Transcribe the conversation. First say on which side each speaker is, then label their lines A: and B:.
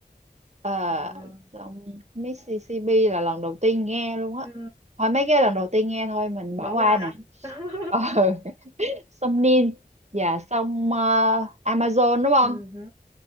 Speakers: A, on the right; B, on the right.
A: Ờ,
B: À,
A: dòng Mississippi là lần đầu tiên nghe luôn á.
B: ừ,
A: Thôi mấy cái lần đầu tiên nghe thôi, mình
B: bỏ
A: bỏ qua
B: qua ạ.
A: nè.
B: <laughs>
A: Ờ, <laughs> sông Nin và sông ờ, Amazon đúng không?
B: ừ hứ.